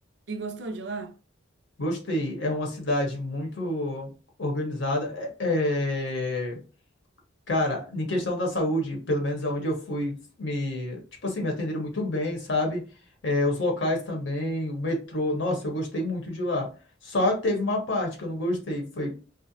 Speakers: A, on the right; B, on the left.
A: E gostou de lá?
B: Gostei. É uma cidade muito organizada. É, é, Cara, em questão da saúde, pelo menos aonde eu fui, me, tipo assim, me atenderam muito bem, sabe? É, os locais também, o metrô, nossa, eu gostei muito de lá. Só teve uma parte que eu não gostei, foi